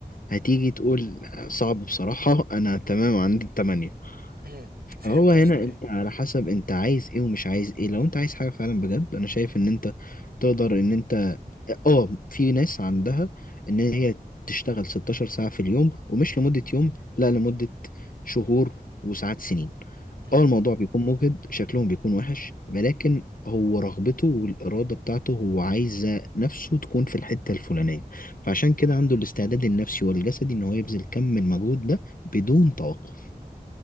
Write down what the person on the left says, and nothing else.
هتيجي تقول صعب بصراحة انا تمام عندي التمانية
هو هنا
انت
على حسب انت عايز ايه ومش عايز ايه لو انت عايز حاجة فعلا بجد انا شايف ان انت تقدر ان انت اه آه، في ناس عندها ان هي تشتغل 16 ساعة في اليوم ومش لمدة يوم لا لمدة شهور وساعات سنين
اه الموضوع بيكون مجهد شكلهم بيكون وحش ولكن هو رغبته والإرادة بتاعته هو عايزة نفسه تكون في الحتة الفلانية فعشان كده عنده الاستعداد النفسي والجسدي ان هو يبذل كم من المجهود ده بدون توقف